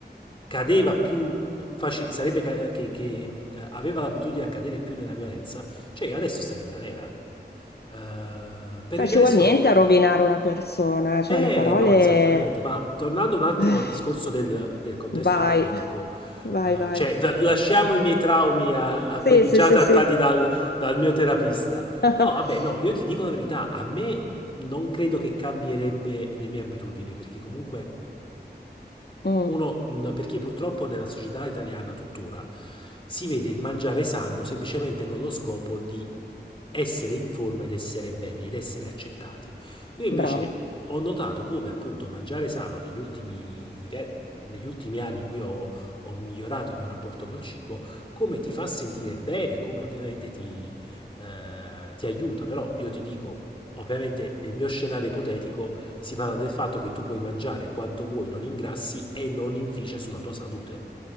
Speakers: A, on the left; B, on the left.
A: cadeva più faci- sarebbe ca- che, che, mh, aveva l'abitudine a cadere più nella violenza, cioè io adesso stare in galera. Eh, per
B: Cioè
A: il
B: ci
A: resto
B: vuol niente a rovinare una persona, cioè
A: eh,
B: le parole...
A: no, esattamente, ma tornando un attimo
B: eh,
A: al discorso del, del contesto
B: Vai,
A: ipotetico,
B: vai,
A: eh,
B: vai.
A: cioè la- lasciamo i miei traumi a, a
B: Sì,
A: quelli
B: sì,
A: già
B: sì,
A: trattati
B: sì.
A: dal, dal mio terapista.
B: <laughs>
A: No, vabbè, no, io ti dico la verità, a me non credo che cambierebbe le mie abitudini, perché comunque
B: Mm,
A: uno, mh, perché purtroppo nella società italiana tuttora si vede il mangiare sano semplicemente con lo scopo di essere in forma ed essere belli ed essere accettati. Io invece
B: bravo,
A: ho notato come appunto mangiare sano negli ultimi, diver- negli ultimi anni in cui ho, ho migliorato il mio rapporto col cibo, come ti fa sentire bene, come ovviamente ti, eh, ti aiuta. Però io ti dico, ovviamente nel mio scenario ipotetico, si parla del fatto che tu puoi mangiare quanto vuoi, non ingrassi e non inficia sulla tua salute.